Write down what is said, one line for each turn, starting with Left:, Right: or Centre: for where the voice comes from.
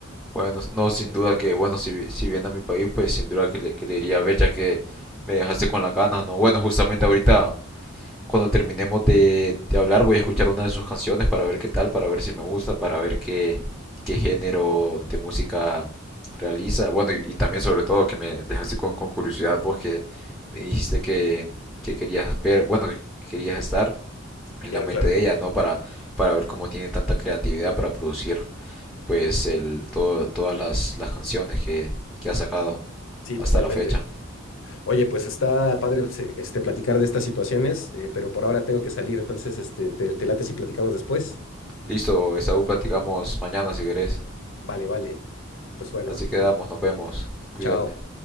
Centre: Bueno, no, sin duda que, bueno, si, si viene a mi país, pues sin duda que le, que le diría a Bella que me dejaste con las ganas, ¿no? Bueno, justamente ahorita, cuando terminemos de, de hablar, voy a escuchar una de sus canciones para ver qué tal, para ver si me gusta, para ver qué, qué género de música realiza. Bueno, y, y también sobre todo que me dejaste con, con curiosidad vos que me dijiste que, que querías ver, bueno, que querías estar en
Left: Claro,
Centre: la mente
Left: claro.
Centre: de ella, ¿no? Para, para ver cómo tiene tanta creatividad para producir pues el, todo, todas las, las canciones que, que ha sacado
Left: Sí, totalmente.
Centre: hasta la fecha.
Left: Oye, pues está padre pues, eh, este, platicar de estas situaciones, eh, pero por ahora tengo que salir, entonces este, te, te late si platicamos después.
Centre: Listo, Esaú, platicamos mañana si querés.
Left: Vale, vale. Pues bueno,
Centre: Así quedamos, nos vemos. Cuídate.
Left: chao.